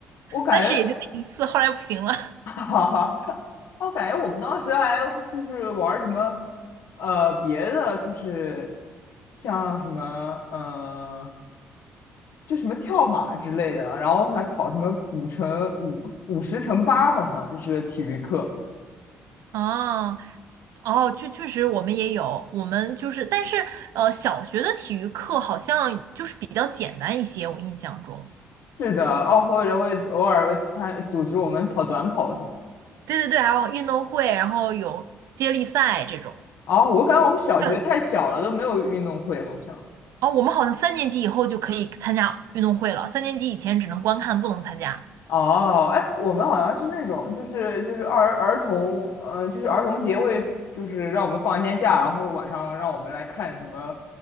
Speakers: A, on the left; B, on the right.
A: 我感觉，
B: 但是也就那一次，后来不行了。
A: <laughs> 哈哈，我感觉我们当时还就是玩儿什么，呃，别的就是像什么，呃，就什么跳马之类的，然后还跑什么五乘五五十乘八，好像就是体育课。
B: <laughs> 哦，哦，确确实我们也有，我们就是，但是呃，小学的体育课好像就是比较简单一些，我印象中。
A: 是的，哦，或者会偶尔会参组织我们跑短跑什么的
B: 对对对，还有运动会，然后有接力赛这种。
A: 哦，我感觉我们小学太小了，
B: 还有
A: 都没有运动会，好像。
B: 哦，我们好像三年级以后就可以参加运动会了，三年级以前只能观看，不能参加。
A: 哦，哎，我们好像是那种，就是就是儿儿童，呃，就是儿童节会，就是让我们放一天假，然后晚上让我们来看什么